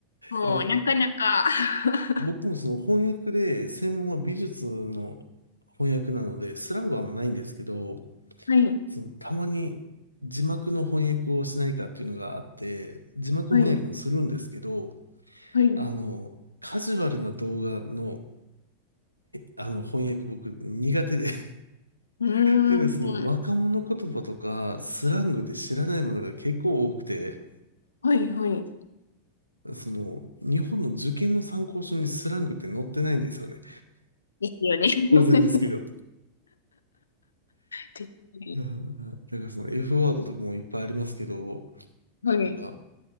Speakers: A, on the left; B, on the right.
A: もう、
B: いや
A: なかなか <laughs>
B: 僕もその翻訳で、専門は美術の翻訳なので、スラングはあんまないんですけど、
A: はい、
B: そのたまに字幕の翻訳をしないかっていうのがあって、字幕翻訳もするんですけど、
A: はい、はい。
B: あの、
A: う
B: カジュアルな動画の、あの翻訳僕苦手で <laughs> っ
A: ーん、
B: ていうのは <laughs> その若者言葉とかスラングで知らないものが結構多くて、
A: はい、はい。
B: その日本の受験の参考書にスラングって載ってないんですよね。
A: ですよね。<laughs>
B: 当然ですけど。
A: 絶対
B: いやなんかその F ワードとかもいっぱいありますけど、
A: はい。
B: なんか、